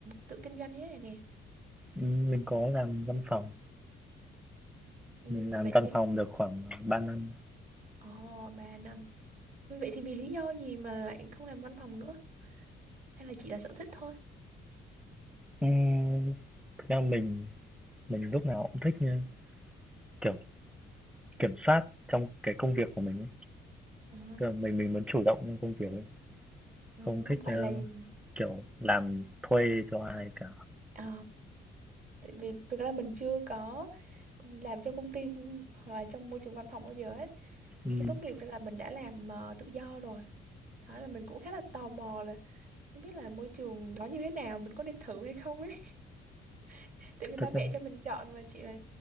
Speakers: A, on the right; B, in the centre.
A: tự kinh doanh như thế này nè
B: ừm, mình có làm văn phòng,
A: ừ,
B: mình làm
A: vậy
B: văn
A: thì
B: phòng được khoảng 3 năm.
A: ồ oh, 3 năm Ừ, vậy thì vì lý do gì mà lại không làm văn phòng nữa hay là chỉ là sở thích thôi
B: Ừm, thực ra mình mình lúc nào cũng thích như kiểu kiểm soát trong cái công việc của mình ấy,
A: À,
B: tức là mình mình muốn chủ động trong công việc ấy,
A: à,
B: không
A: không
B: thích ờ,
A: phải là gì
B: kiểu làm thuê cho ai cả.
A: Ờ, tại vì thực ra mình chưa có làm trong công ty hoặc là trong môi trường văn phòng bao giờ hết.
B: Ừm,
A: Khi tốt nghiệp ra là mình đã làm ờ, tự do rồi. Đó là mình cũng khá là tò mò là không biết là môi trường đó như thế nào, mình có nên thử hay không ấy. <laughs> Tại vì ba
B: thực
A: mẹ
B: ra
A: cho mình chọn mà chỉ là